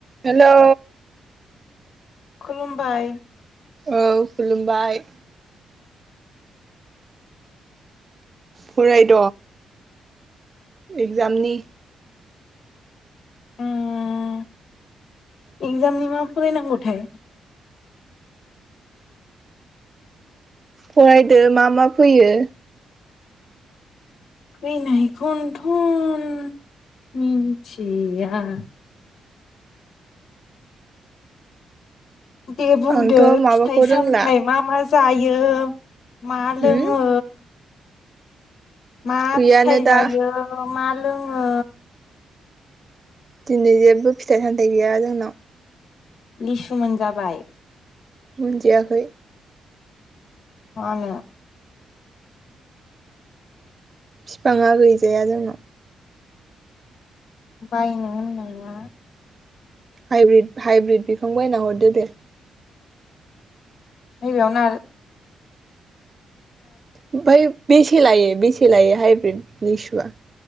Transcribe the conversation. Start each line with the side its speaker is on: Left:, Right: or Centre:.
Right: Hello
Left: खुलुमबाय
Right: औ खुलुमबाय फरायद एक्जामनि
Left: उम एक्जामनि मा फरायनायगौ थाय
Right: फरायदो मा मा फैयो
Left: फैनायखौनोथन मिथिया दे बुंदो
Right: आंथ' माबाखौ
Left: फिथाइ सामथाय
Right: रोंला
Left: मा मा जायो मा लोङो
Right: होम
Left: मा
Right: गैयानो
Left: फिथाइ जायो
Right: दा
Left: मा लोङो
Right: दिनै जेबो फिथाइ सामथायाइ गैया जोंनाव
Left: लिसु मोनजाबाय
Right: मोनजयाखै
Left: मानो
Right: बिफाङा गैजाया जोंहा
Left: बायनो होनोहाया
Right: हाइब्रिद-हाइब्रिद बिखां बायना हरदो दे।
Left: नैबेयावनो आरो
Right: ओमफ्राय बेसे लायो बेसे लायो हाइब्रिद लिसुवा?